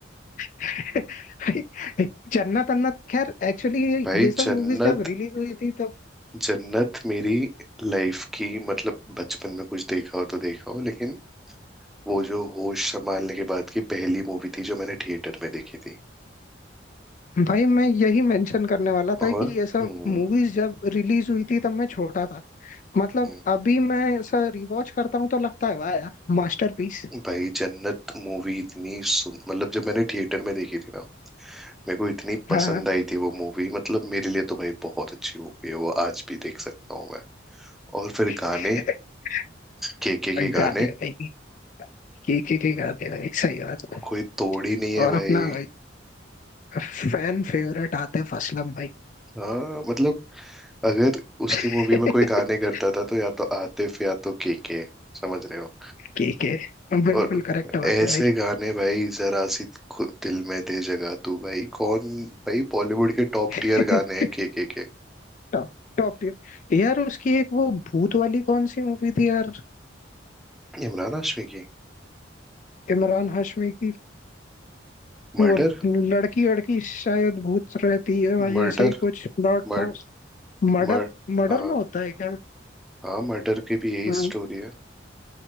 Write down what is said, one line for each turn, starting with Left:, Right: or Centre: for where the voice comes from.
Left: <laughs> जन्नत अन्नत खैर एक्चुअली ये,
Centre: भाई
Left: ये सब
Centre: जन्नत
Left: मूवीज जब रिलीज हुई थी तब
Centre: जन्नत मेरी लाइफ की मतलब बचपन में कुछ देखा हो तो देखा हो लेकिन वो जो होश संभालने के बाद की पहली मूवी थी जो मैंने थिएटर में देखी थी
Left: भाई मैं यही मेंशन करने वाला
Centre: और
Left: था कि ये सब
Centre: हम्म
Left: मूवीज जब रिलीज हुई थी तब मैं छोटा था मतलब
Centre: हम्म,
Left: अभी मैं ऐसा रिवॉच करता हूँ तो लगता है वाह यार मास्टरपीस
Centre: भाई जन्नत मूवी इतनी सुन मतलब जब मैंने थिएटर में देखी थी ना मेरे को इतनी
Left: हाँ
Centre: पसंद
Left: हाँ।
Centre: आई थी वो मूवी मतलब मेरे लिए तो भाई बहुत अच्छी मूवी है वो आज भी देख सकता हूँ मैं और फिर
Left: <laughs>
Centre: गाने के के के
Left: गाने
Centre: गाने
Left: भाई की की की गाने भाई सही बात है
Centre: कोई तोड़ ही नहीं है
Left: और
Centre: भाई
Left: अपना भाई फैन फेवरेट आतिफ असलम भाई
Centre: हाँ मतलब अगर उसकी
Left: <laughs>
Centre: मूवी में कोई गाने करता था तो या तो आतिफ या तो केके समझ रहे हो
Left: केके बिल्कुल
Centre: और
Left: करेक्ट बात
Centre: ऐसे
Left: है भाई
Centre: गाने भाई जरा सी खु- दिल में दे जगह तू भाई कौन भाई बॉलीवुड के टॉप
Left: <laughs>
Centre: टीयर गाने हैं केके के
Left: टॉप टॉप टियर यार उसकी एक वो भूत वाली कौन सी मूवी थी यार
Centre: इमरान हाशमी की
Left: इमरान हाशमी की
Centre: मर्डर
Left: वो लड़की लड़की शायद भूत रहती है भाई
Centre: मर्डर
Left: ऐसा ही कुछ प्लॉट
Centre: मर्ड
Left: था उस। मर्डर
Centre: मर्ड
Left: मर्डर
Centre: हाँ
Left: में होता है क्या
Centre: हाँ मर्डर की भी यही
Left: हाँ
Centre: स्टोरी है